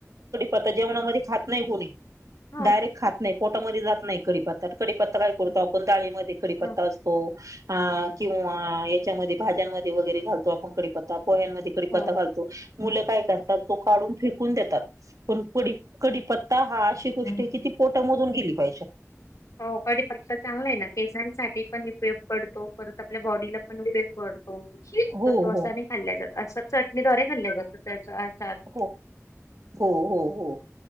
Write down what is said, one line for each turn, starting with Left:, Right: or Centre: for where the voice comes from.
Right: च जेवणामध्ये खात नाही पुणी
Left: हो
Right: डायरेक्ट खात नाही पोटामध्ये जात नाही कढीपत्ता कडीीपत्ता काय करतो
Left: हम्म.
Right: आपण डाळीमध्ये कडीीपत्ता
Left: हो
Right: असतो अ किंवा याच्यामध्ये भाज्यांमध्ये वगैरे घालतो आपण कडे प पह्यांमध्येिकडे
Left: हो
Right: पता घालतो मुलं काय करतात तो काढून फेकून देतात पण प कडीीपत्ता हा अशी गोष्ट
Left: हो
Right: आहे की ती पोटामधून गेली पाहिजे
Left: होकडी फक्त चांगला आहे ना केशांसाठी पण उपयोग पडतो परत आपल्या बॉडीला पण उपयोग करतो हो
Right: हो
Left: तर तो
Right: हो
Left: असा नाही खाल्ला जात असं चटणीद््वारे खाल्ल्या जात त्या
Right: हो हो हो हो